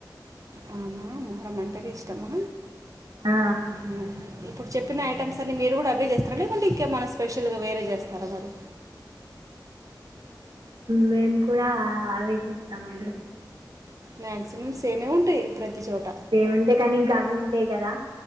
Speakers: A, on the right (about 45°); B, on the right (about 80°).
A: అవునా మొహరం అంటేనే ఇష్టమా
B: ఆ!
A: ఉహు ఇప్పుడు చెప్పిన ఐటమ్స్ అన్ని మీరు గూడా అవే జేస్తారా లేకుంటే ఇంకా మన స్పెషల్గా వేరే జేస్తారా మరి
B: మేము కూడా ఆలోచిస్తా అండి
A: మాక్సిమం సేమే ఉంటై ప్రతి చోట
B: సేమ్ ఉంటాయి కానీ ఇంకా అవి ఉ టే గదా